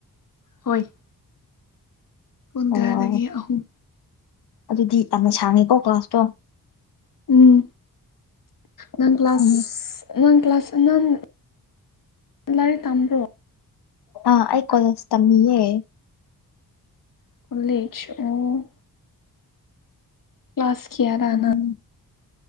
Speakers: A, on the left; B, on the left.
A: ꯍꯣꯏ ꯄꯨꯡ
B: ꯑꯣ
A: ꯇꯔꯥꯗꯒꯤ ꯑꯍꯨꯝ
B: ꯑꯗꯨꯗꯤ ꯌꯥꯝꯅ ꯁꯥꯡꯉꯦꯀꯣ ꯀ꯭ꯂꯥꯁꯇꯣ
A: ꯎꯝ ꯅꯪ ꯀ꯭ꯂꯥꯁ
B: ꯎꯝ
A: ꯅꯪ ꯀ꯭ꯂꯥꯁ ꯅꯪ ꯂꯥꯏꯔꯤꯛ ꯇꯥꯝꯕ꯭ꯔꯣ
B: ꯑ ꯑꯩ ꯀꫭꯂꯦꯁ ꯇꯝꯃꯤꯌꯦ
A: ꯀꫭꯂꯦꯁ ꯑꫭ ꯀ꯭ꯂꯥꯁ ꯀꯌꯥꯔ
B: ꯎꯝ
A: ꯅꯪ